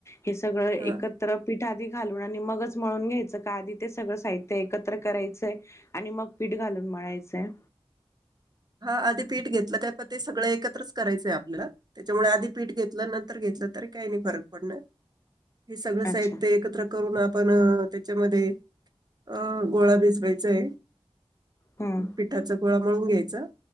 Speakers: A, on the left; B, on the right.
A: हे सगळं
B: हा
A: एकत त्र पीठ आधी घालून आणि मगच मळून घ्यायचं का आधी ते सगळं साहित्य एकत्र करायचंय. आणि मग पीठ घालून मळायचय.
B: हा आधी पीठ घेतलं काय म ते सगळं एकत्रच करायचंय आपल्याला त्याच्यामुळे आधी पीठ घेतलं नंतर घेतलं तरी काही नाही फरक पडणार. हे सगळं साहित्य
A: अच्छा.
B: एकत्र करून आपण अ त्याच्यामध्ये अ गोळा भिजवायचाय.
A: हं.
B: पिठाचा गोळा मळून घ्यायचा.